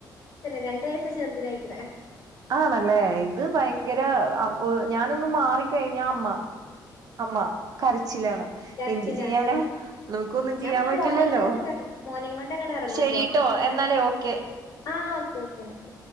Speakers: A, on the left (about 50°); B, on the right (about 55°).
A: രണ്ട് വയസ്സ് ചെറുതിന് ആയിക്കിന്
B: ആണല്ലേ ഇത് ഭയങ്കര ഞാനൊന്ന് മാറിക്കഴിഞ്ഞ അമ്മ അമ്മ കരച്ചിലാണ്
A: കരച്ചിലാ
B: എന്ത് ചെയ്യാനാ
A: അതന്നെ
B: നമുക്ക് ഒന്നും
A: ഞാൻ
B: ചെയ്യാൻ
A: പിന്നെ
B: പറ്റില്ലല്ലോ
A: മോനേം കൊണ്ട് അങ്ങട് എറങ്ങും മോനേം കൊണ്ട് അങ്ങട് എറങ്ങും
B: ശരിട്ടോ
A: പൊറത്ത്
B: എന്നാലേ ഓക്കെ
A: ആ ഓക്കെ ഓക്കെ എന്നാ ശരി